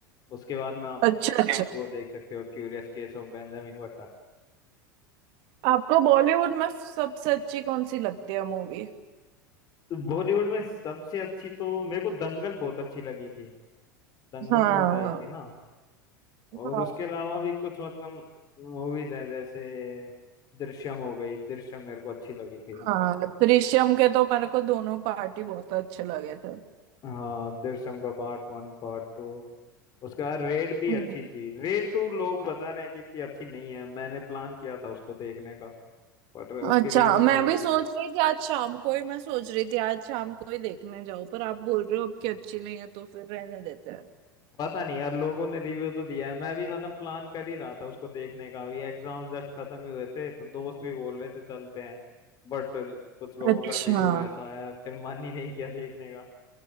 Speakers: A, on the left; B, on the right.
A: उसके बाद में
B: अच्छा अच्छा
A: वो देख सकते हो Curious Case of Benjamin Button
B: आपको बॉलीवुड में सबसे अच्छी कौन सी लगती है मूवी
A: Bollywood में सबसे अच्छी तो मेरे को दंगल बहुत अच्छी लगी थी दंगल
B: हाँ
A: मूवी आई थी ना और
B: हाँ
A: उसके अलावा भी कुछ मतलब मूवीज हैं जैसे दृश्यम हो गई दृश्यम मेरे को अच्छी लगी थी
B: हाँ दृश्यम के तो मेरे को दोनों पार्टी बहुत अच्छे लगे थे
A: हाँ दृश्यम का पार्ट वन पार्ट टू उसके बाद रेड भी
B: हम्म
A: अच्छी थी रेड टू लोग बता रहे हैं कि इतनी अच्छी नहीं है मैंने प्लान किया था उसको देखने का बट उसके
B: अच्छा
A: रिव्यू
B: मैं
A: सही
B: भी
A: नहीं
B: सोच रही थी आज शाम को ही मैं सोच रही थी आज शाम को ही देखने जाऊं पर आप बोल रहे हो अब की अच्छी नहीं है तो फिर रहने देते हैं
A: पता नहीं यार लोगों ने रिव्यू तो दिया है मैं भी मतलब प्लान कर ही रहा था उसको देखने का ये एग्जाम जस्ट खत्म ही हुए थे तो दोस्त भी बोल रहे थे चलते हैं बट कुछ लोगों
B: अच्छा
A: का रिव्यू ऐसा आया फिर मन ही नहीं किया देखने का